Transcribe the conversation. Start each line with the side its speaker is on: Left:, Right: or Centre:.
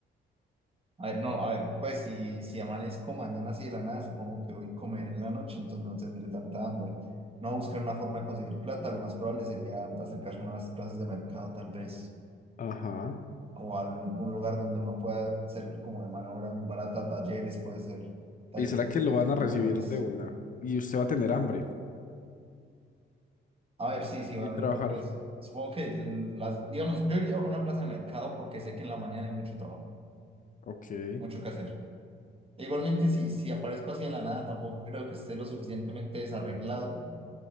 Right: A ver, no, a ver, pues si, si amanezco mañana así de la nada, supongo que voy a comer en la noche, entonces no tendré tanta hambre. No buscar una forma de conseguir plata, lo más probable sería acercarse a unas plazas de mercado tal vez,
Left: Ajá.
Right: o a un lugar donde uno pueda servir como de mano de obra muy barata, talleres, puede ser taller
Left: ¿Y será
Right: de
Left: que lo van
Right: de automóviles.
Left: a recibir de una? Y usted va a tener hambre
Right: A ver, sí, sí, obviamente,
Left: y trabajar.
Right: pues supongo que las, digamos, yo iría a una plaza de mercado porque sé que en la mañana hay mucho trabajo,
Left: Ok.
Right: mucho que hacer. E Igualmente, si, si aparezco así de la nada, tampoco creo que esté lo suficientemente desarreglado